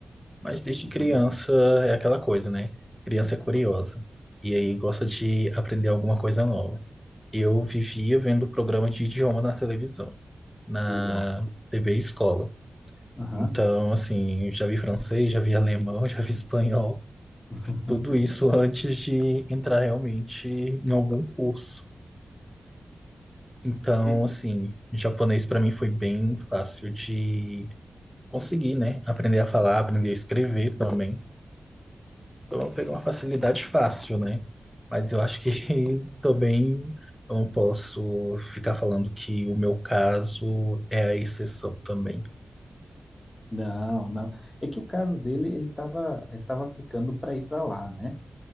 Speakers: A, in the centre; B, on the left.
A: mas desde
B: uhum,
A: criança é aquela coisa, né? Criança é curiosa e aí gosta de aprender alguma coisa nova. eu vivia vendo programa de idioma na televisão, na
B: Legal.
A: TV escola.
B: aham.
A: Então, assim, eu já vi francês, já vi alemão, <laughs> já vi espanhol,
B: <laughs>
A: tudo isso antes de entrar realmente em algum curso. Então,
B: E-
A: assim, japonês para mim foi bem fácil de conseguir, né? Aprender a falar, aprender a escrever também. Então, Eu vou pegar uma facilidade fácil, né? Mas eu acho que <laughs> também eu não posso ficar falando que o meu caso é a exceção também.
B: Não, não. É que o caso dele, ele estava ele tava aplicando para ir para lá, né?